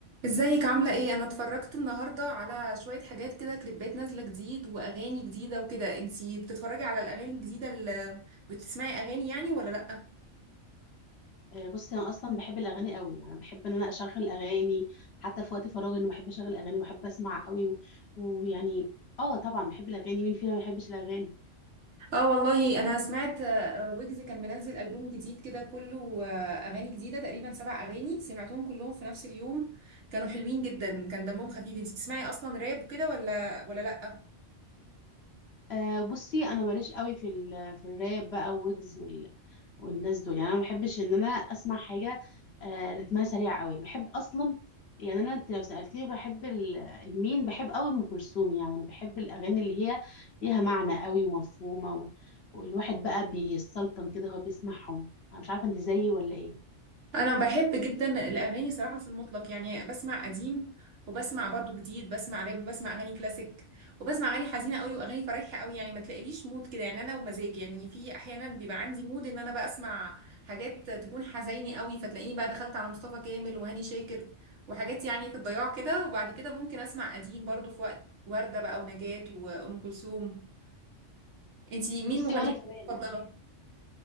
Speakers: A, on the right; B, on the left.
A: ازيك عاملة ايه؟ انا اتفرجت النهاردة على شوية حاجات كده كليبات نازلة جديد واغاني جديدة وكده انتي بتتفرجي على الاغاني الجديدة اللي بتسمعي اغاني يعني ولا لأ؟
B: آه، بصي انا اصلا بحب الاغاني قوي يعني بحب ان انا اشغل اغاني حتى في وقت فراغي انا بحب اشغل اغاني وبحب اسمع قوي و- ويعني اه طبعا بحب الاغاني مين فينا ما بيحبش الاغاني
A: اه والله انا سمعت آه، ويجز كان منزل ألبوم جديد كده كله آه، اغاني جديدة تقريبا سبع اغاني سمعتهم كلهم في نفس اليوم كانوا حلوين جدا كان دمهم خفيف انتي بتسمعي اصلا راب كده ولا ولا لأ؟
B: أه بصي انا ماليش قوي في ال- في الراب بقى ويجز والناس دول يعني انا ما بحبش ان انا اسمع حاجه آه رتمها سريع قوي بحب اصلا يعني انا انت لو سالتني بحب ال- المين بحب قوي ام كلثوم يعني انا بحب الاغاني اللي هي ليها معنى قوي ومفهومه و... والواحد بقى بيسلطن كده وهو بيسمعهم انا مش عارفه انت زيي ولا ايه
A: انا بحب جدا الاغاني صراحه في المطلق يعني بسمع قديم وبسمع برضو جديد بسمع راب وبسمع اغاني كلاسيك وبسمع اغاني حزينه قوي واغاني فرايحه قوي يعني ما تلاقيليش مود كده يعني انا ومزاج يعني في احيانا بيبقى عندي مود ان انا بقى اسمع حاجات تكون حزيني قوي فتلاقيني بقى دخلت على مصطفى كامل وهاني شاكر وحاجات يعني في الضياع كده وبعد كده ممكن اسمع قديم برضو في وقت ورده بقى ونجاة وام كلثوم انتي مين
B: بصي
A: مغنيتك
B: وانا كمان يعني.
A: المفضله